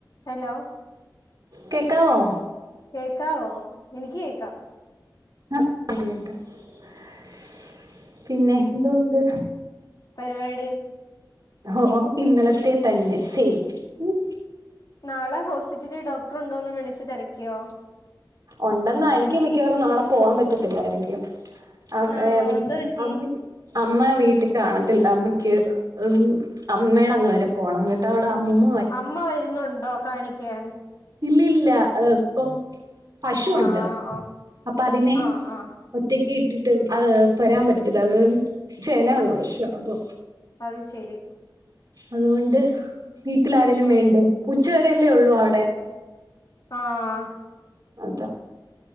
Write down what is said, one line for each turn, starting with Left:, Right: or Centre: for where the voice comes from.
Left: Hello
Right: കെക്കാവോ
Left: കേക്കാവോ എനിക്ക് കേക്കാം
Right: ആഹ്‌ <unintelligible> പിന്നെ എന്തുണ്ട്
Left: പരിവാടി
Right: ഓഹ് ഇന്നലത്തെ തന്നെ സെയിം ഉം
Left: നാളെ ഹോസ്പിറ്റലിൽ ഡോക്ടർ ഉണ്ടോന്ന് വിളിച്ച് തെരക്കിയോ?
Right: ഉണ്ടെന്ന എനക്ക് മിക്കവാറും നാളെ പോവാൻ പറ്റത്തില്ലായിരിക്കും അവ
Left: ആണോ
Right: വീട്ട
Left: എന്തോ പറ്റി
Right: അമ്മക്ക് അമ്മ വീട്ടിൽ കാണത്തില്ല അമ്മയ്ക്ക് ഉം അമ്മേയുടെ അങ്ങ് വരെ പോണം ങ്ങിട്ട് അവിടെ അമ്മൂമ
Left: അമ്മ വരുന്നുണ്ടോ കാണിക്കാൻ
Right: ഇല്ലല്ല ഇപ്പം പശുണ്ട്
Left: ഓ ആ ഓ
Right: അപ്പൊ അതിനെ
Left: ആഹ് ആഹ്
Right: ഒറ്റക്ക് ഇട്ടിട്ട് അഹ്‌ വരാൻ പറ്റത്തില്ല അത് ചെന ഉള്ള പശോ അപ്പൊ
Left: അത് ശരി
Right: അതുകൊണ്ട് വീട്ടില് ആരേലും
Left: ഉം
Right: വേണ്ടേ ഉച്ചവരെല്ലേ ള്ളൂ അവ്ടെ
Left: ആഹ്‌
Right: അത